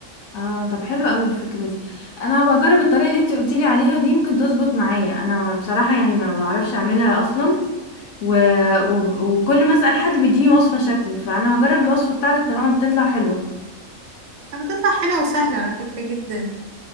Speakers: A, on the left (about 85°); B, on the right (about 60°).
A: اه طب حلو قوي الفكرة دي انا هبقى اجرب الطريقة اللي انت قلتيلي عليها دي ممكن تظبط معايا انا بصراحة يعني ما بعرفش اعملها اصلا و... و... وكل ما اسأل حد بيديني وصفة شكل فانا هجرب الوصفة بتاعتك طالما بتطلع حلوة
B: بتطلع حلوة وسهلة على فكرة جدا